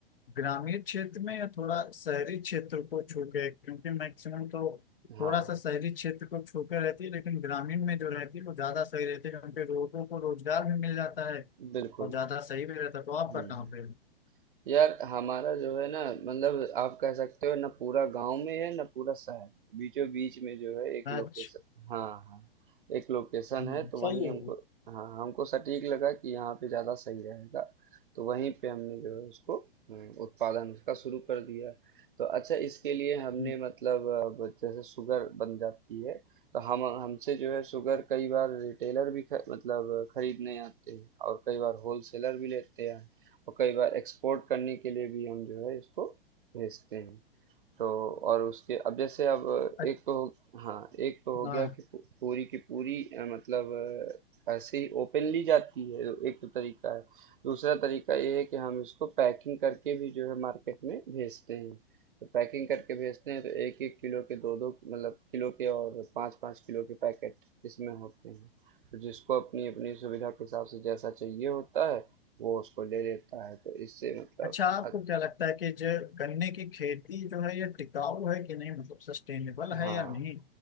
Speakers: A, on the left; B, on the right.
A: ग्रामीण क्षेत्र में या थोड़ा शहरी क्षेत्र को छू के है? क्योंकि मैक्सिमम तो
B: हाँ
A: थोड़ा सा शहरी क्षेत्र को छू के रहती है लेकिन ग्रामीण में जो रहती है वो ज्यादा सही रहती है क्योंकि लोगों को रोजगार भी मिल जाता है
B: बिल्कुल
A: और ज्यादा सही भी रहता है तो आपका
B: हम्म
A: कहाँ पे है?
B: यार हमारा जो है ना मतलब आप कह सकते हो ना पूरा गांव में है ना पूरा शहर बीचों बीच में जो है एक
A: अच्छा
B: लोकेशन हाँ हाँ एक लोकेशन
A: हम्म,
B: है तो
A: सही
B: वहीं
A: है
B: हमको हाँ हमको सटीक लगा कि यहाँ पे ज़्यादा सही रहेगा तो वहीं पे हमने जो है उसको हम्म, उत्पादन उसका शुरू कर दिया तो अच्छा इसके लिए हमने
A: हम्म,
B: मतलब अ, जैसे शुगर बन जाती है तो हम हमसे जो है शुगर कई बार रिटेलर भी ख, मतलब खरीदने आते हैं और कई बार होलसेलर भी लेते हैं और कई बार एक्सपोर्ट करने के लिए भी हम जो है इसको भेजते हैं तो और उसके अब जैसे अब
A: अच्छा,
B: एक तो हो- हाँ एक तो हो
A: हाँ
B: गया कि पू- पूरी की पूरी अ, मतलब अ, ऐसे ही ओपनली जाती है एक तो तरीका है दूसरा तरीका ये है कि हम इसको पैकिंग करके भी जो है मार्केट में भेजते हैं तो पैकिंग करके भेजते हैं तो एक एक किलो के दो दो मतलब किलो के और पाँच पाँच किलो के पैकेट इसमें होते हैं तो जिसको अपनी अपनी सुविधा के हिसाब से जैसा चाहिए होता है वो उसको ले लेता है तो इससे मतलब
A: अच्छा आपको
B: अ-
A: क्या लगता है कि जो गन्ने की खेती जो है ये टिकाऊ है कि नहीं मतलब सस्टेनेबल
B: हाँ
A: है या नहीं